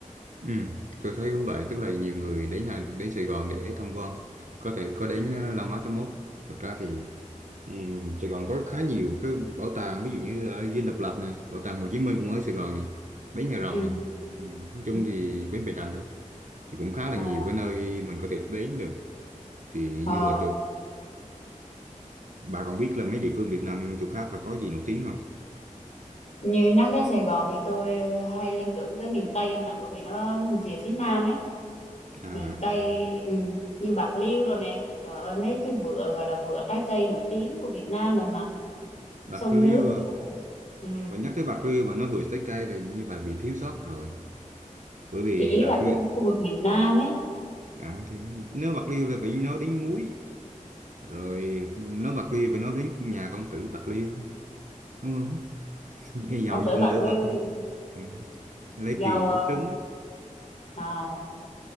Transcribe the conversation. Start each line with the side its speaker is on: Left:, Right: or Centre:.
Right: ừ, tôi thấy cũng vậy tức là nhiều người đến nhà đến Sài Gòn để tham quan có thể có đến uh, Landmark tám mốt thực ra thì Ừ, Sài Gòn có khá nhiều cái bảo tàng ví dụ như ở Dinh Độc Lập này bảo tàng Hồ Chí Minh cũng ở Sài Gòn này bến Nhà Rồng
Left: Ừ.
Right: này ừ, nói chung
Left: ừ.
Right: thì bến Bạch Đằng đấy thì cũng khá
Left: Mà
Right: là nhiều cái nơi mình có thể đến được thì
Left: ờ,
Right: như là chỗ bà còn biết là mấy địa phương Việt Nam chỗ khác là có gì nổi tiếng không
Left: như nhắc đến Sài Gòn thì tôi hay liên tưởng tới miền Tây ông nè bởi vì nó về phía Nam ấy
Right: à
Left: miền Tây ừ, như Bạc Liêu rồi nè trời ơi mấy cái vựa gọi là vựa trái cây nổi tiếng của Việt Nam mình mà
Right: Bạc
Left: sông
Right: Liêu
Left: nước
Right: à.
Left: rồi ừ.
Right: bà nhắc tới Bạc Liêu bà nói vừa trái cây là như bà bị thiếu sót rồi bởi vì
Left: thì ý
Right: Bạc
Left: là
Right: Liêu
Left: cái khu vực miền Nam ấy
Right: à thì nếu Bạc Liêu là phải nói đến muối rồi nói Bạc Liêu phải nói đến nhà công tử Bạc Liêu đúng không <laughs> giàu
Left: ông tử
Right: gì công
Left: Bạc
Right: tử
Left: Liêu
Right: Bạc Liêu
Left: thì
Right: Ừ. lấy
Left: giàu
Right: tiền
Left: ờ,
Right: đốt trứng á.
Left: à,